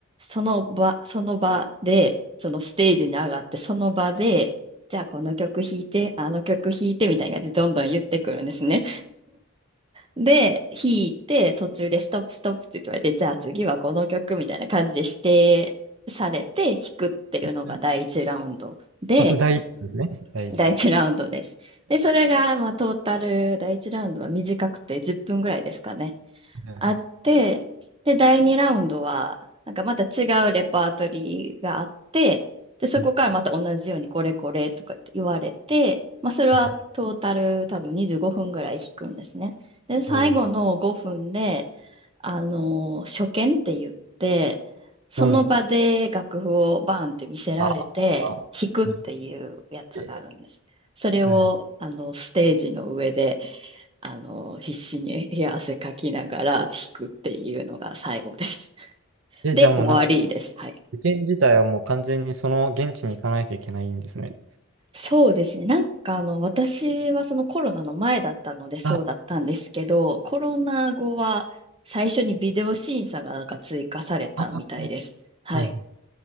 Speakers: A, on the right; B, on the right.
A: その場、その場で、そのステージに上がって、その場で、じゃあこの曲弾いて、あの曲弾いてみたいな感じでどんどん言ってくるんですね。で、弾いて、途中でストップストップって言われて、じゃあ次はこの曲みたいな感じで指定されて弾くっていうのが第一ラウンドで、
B: <laughs> あ、それ第一ですね。第一か。
A: 第一ラウンドです。
B: は
A: で、それが、まあ、トータル、第一ラウンドは短くて10分ぐらいですかね。
B: いは
A: あって、で、第2ラウンドは、なんかまた違うレパートリーがあって、で、そこからまた同じようにこれこれとか言って言われて、
B: いはい
A: まあ、それはトータル多分25分ぐらい弾くんですね。
B: <laughs>
A: で、最後の5分で、
B: おー
A: あの、初見って言って、その場で楽譜をバーンって見せられて、
B: はいああ、ああなんか
A: 弾くっていうやつがあるんです。
B: え
A: それを、
B: ーはいはい。
A: あの、ステージの上で、あの、必死に冷や汗かきながら弾くっていうのが最後です。<laughs>
B: え、
A: で、
B: じゃあもうなんか、
A: 終わりです。はい。
B: 受験自体はもう完全にその現地に行かないといけないんですね。
A: そうですね。なんかあの私はそのコロナの前だったのでそうだったんですけど、
B: あ、
A: コロナ後は最初にビデオ審査がなんか追加されたみたいです。
B: あ、は
A: はい。
B: いはい。